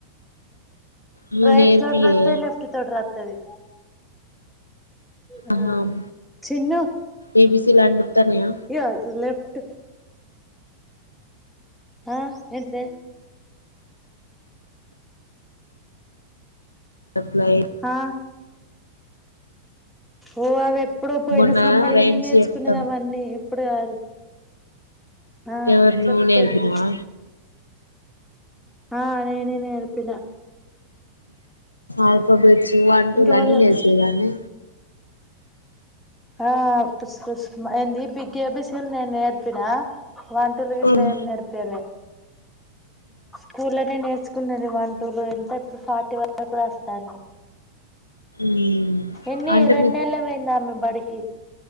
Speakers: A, on the left; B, in the centre.
A: నువ్వు
B: రైట్
A: నేర్పియే
B: తోటి రాస్తది లెఫ్ట్ తోటి రాస్తది ఆ
A: ఆహా
B: చిన్ను
A: ఏబీసీలు అన్ని వత్తన్నయా
B: ఇగో లెఫ్ట్ ఆ ఏంటిదె
A: సప్లైయి
B: ఆ ఓ అవేప్ ఇప్పుడో పోయిన
A: మొన్న
B: సంబర్లో
A: రైమ్స్
B: నేర్చుకున్నది
A: చెప్తాం
B: అవన్నీ అప్పుడు కాదు ఆ
A: ఎవరు నువ్వు
B: చెప్తది
A: నేర్పినవా
B: ఆ నేనే నేర్పిన
A: ఆల్ఫాబెట్స్ వన్ టూ
B: ఇంకా
A: లన్నీ
B: వాళ్ళ
A: నేర్పిన్ దా అది
B: ఆ పుస్కస్ ఏంది బిగ్ ఏబిసీలు నేను నేర్పిన వన్ టూ లు గిట్లా
A: మ్మ్
B: ఏం నేర్పియ్యలే స్కూల్ లోనే నేర్చుకున్నది వాళ్ళు లు ఎంత ఇప్పుడు ఫార్టీ వరకు రాస్తాంది
A: మ్మ్
B: ఎన్ని
A: అంటే
B: రెండునెల్లే
A: మీ
B: పోయింది ఆమె బడికి